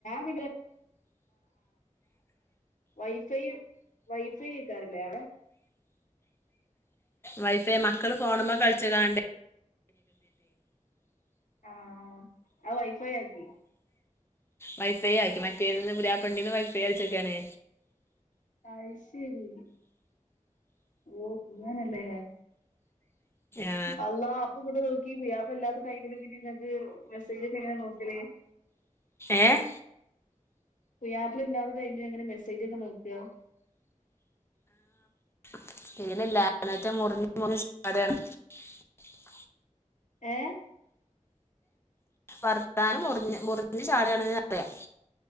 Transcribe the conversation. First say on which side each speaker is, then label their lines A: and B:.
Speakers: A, on the left; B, on the left.
A: പിന്നെ വൈ ഫൈ വൈഫൈ കേക്കാറില്ലേ അവിടെ
B: വൈഫൈ മക്കള് ഫോണ്മെ കളിച്ചകണ്ട്
A: ആഹ് അത് വൈഫൈ ആക്കി
B: വൈഫൈ ആക്കി മറ്റേ നിന്ന് പുരാപ്പണ്ടിന്ന് വൈഫൈ വലിച്ചെക്കാണ്
A: അയ് ശരി ഓഹ് അങ്ങനല്ലേ
B: ആഹ്
A: അല്ലാ അപ്പൊ ഇവിടെ നോക്കി പുയ്യാപ്ല ഇല്ലാത്ത ടൈമില് പിന്നെ ഇങ്ങക്ക് മെസ്സേജ് ഒക്കെ എങ്ങനെ നോക്കല്
B: ഏഹ്
A: പുയ്യാപ്ല ഇല്ലാത്ത ടൈമിന എങ്ങനെ മെസ്സേജ് സ്സേജ് ഒക്കെ നോക്ക
B: ഒന്നും കേൾക്കുന്നില്ല
A: ഏഹ്
B: വർത്താനം മുറിഞ്ഞ് മുറിഞ്ഞ് ചാടണ് പറയാണ്